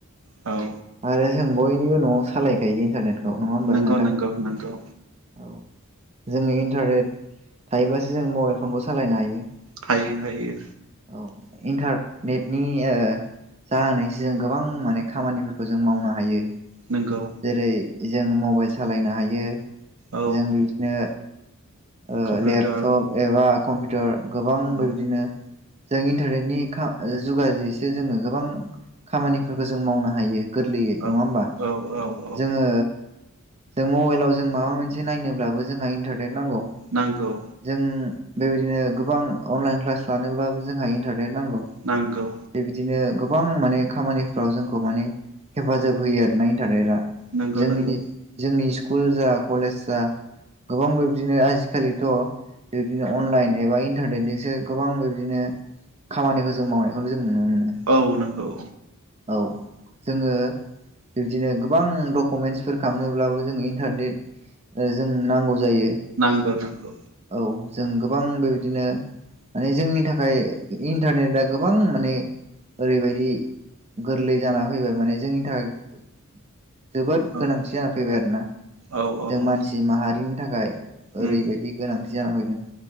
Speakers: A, on the right; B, on the right.
A: औ
B: आरो जों बयनिबो न'आव सालायखायो इन्टारनेट औ नङा होमबा
A: नंगौ
B: नोंथां
A: नंगौ नंगौ
B: औ जोङो इन्टारनेट थायोब्लासो जों मबाइल फनखौ सालायनो हायो
A: हायो हायो
B: औ इन्टारनेटनि जाहानानैसो जों गोबां माने खामानि खौ जों मावनो हायो
A: नंगौ
B: जेरै जों मब मबाइल सालायनो हायो।
A: औ
B: जों बिदिनो ओ
A: कम्पिउटार
B: लेपटप एबा कम्पिउटार गोबां
A: औ
B: बेबायदिनो जों इन्टारनेटनि जुगाजैसो जोङो गोबां खामानिफोरखौ जों मावनो हायो। गोरलैयै
A: औ
B: नङा होमबा
A: औ औ औ
B: जोङो जों मबाइलाव जों माबा मोनसे नायनोब्लाबो जोंहा इन्टारनेट नांगौ
A: नांगौ
B: जों बेबायदिनो गोबां अनलाइन क्लास लानोबाबो जोंहा इन्टार बे नांगौ
A: नांगौ
B: बेबायदिनो गोबां माने खामानिफ्राव जोंखौ माने हेफाजाब होयो आरो ना इन्टारनेटा
A: नंगौ
B: जोंनि
A: नंगौ
B: जोंनि सि कुल जा कलेज जा गोबां बिब्दिनो आजिखालिथ' बिबदिनो अनलाइन एबा इन्टारनेटजोंसो गोबां बिब्दिनो खामानिखौ जों मावनाय खौ जों नुनो मोनो
A: औ नंगौ
B: औ जोङो बिब्दिनो गोबां डकुमेन्टसफोर खालामनोब्लाबो जों इन्टारनेट जोंनो नांगौ जायो
A: नांगौ नांगौ
B: औ जों गोबां बेबायदिनो माने जोंनि थाखाय इन्टारनेटआ गोबां माने ओरैबायदि गोरलै जानानै फैबाय माने जोंनि थाखाय जोबोर
A: औ
B: गोनांथि जानानै फैबाय आरोना
A: औ औ
B: जों मानसि
A: औ
B: माहारिनि था खाय
A: उम
B: ओरैबायदि गोनांथि जानानै फै उम